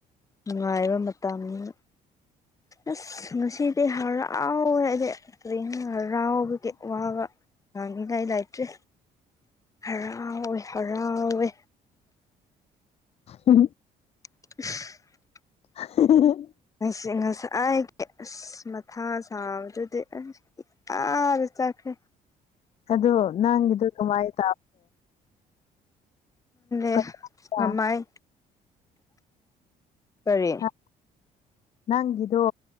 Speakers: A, on the left; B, on the left.
A: ꯅꯨꯡꯉꯥꯏꯕ ꯃꯇꯝꯅꯤꯅꯥ ꯑꯁ ꯉꯁꯤꯗꯤ ꯍꯔꯥꯎꯋꯦ ꯍꯥꯏꯗꯤ ꯇꯅꯔ ꯔꯥꯎꯕꯒ ꯋꯥ ꯅꯅꯤ ꯂ ꯏ ꯂꯥꯏꯇ꯭ꯔꯤ ꯍꯔꯥꯎꯋꯦ ꯍꯔꯥꯎꯋꯦ
B: ꯎ
A: <inaudible> <inaudible>
B: <inaudible>
A: ꯁꯤ ꯉꯁ ꯍꯥꯏꯦ ꯃꯊꯥ ꯁꯥꯕꯖꯗ ꯌꯥ ꯆꯈꯦ
B: ꯑꯗꯣ ꯅꯪ ꯑꯗꯨ ꯀꯃꯥꯏ ꯇꯦ
A: ꯦ
B: ꯆꯪꯕ꯭ꯔꯥ
A: ꯉꯃꯥꯏ ꯀꯔꯤ
B: ꯍꯥ ꯅꯪꯒꯤꯗꯣ